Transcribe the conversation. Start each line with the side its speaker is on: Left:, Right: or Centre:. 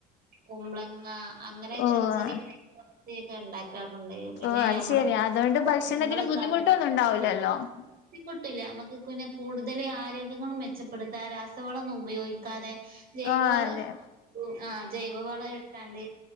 Right: കുമ്പ്ലങ്ങ അങ്ങനെ
Left: ഓ
Right: ചെറി ചെറിയ <unintelligible> ഇണ്ടാക്കി ക്കാറുണ്ട് പിന്നെ
Left: ഓ അത്
Right: നമ്മകളെ
Left: ശെരി
Right: <unintelligible>
Left: അതുകൊണ്ട് ഭക്ഷണത്തിന്
Right: നിങ്ങള്
Left: ബുദ്ധിമുട്ടൊന്നും
Right: ഉണ്ടാകുന്ന
Left: ഉണ്ടാവൂലല്ലോ
Right: <unintelligible> ബുദ്ധിമുട്ടില്ലാ നമ്മക്ക് പിന്നെ കൂടുതല് ആരോഗ്യങ്ങളും മെച്ചപ്പെടുത്താ രാസവളോന്നും ഉപയോഗിക്കാതെ ജൈവവള
Left: ആ അതെ
Right: ആ ജൈവവളം ഇട്ടാണ്ട്